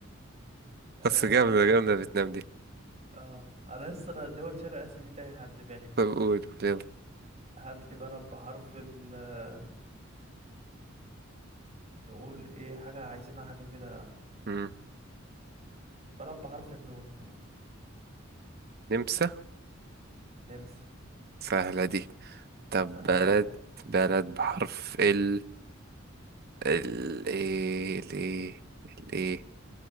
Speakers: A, on the right; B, on the right.
A: آه
B: بس جامدة جامدة فيتنام دي
A: آه أنا لسه أنا دول شرق آسيا دي تايهة عن دماغي
B: طب قول قول يلا
A: هات لي بلد بحرف ال آه، نقول إيه حاجة عايزينها حاجة كده
B: مم.
A: بلد بحرف النون
B: نمسا
A: نمسا
B: سهلة دي طب
A: سهلة
B: بلد
A: أوي
B: بلد بحرف ال ال ايه ال ايه ال ايه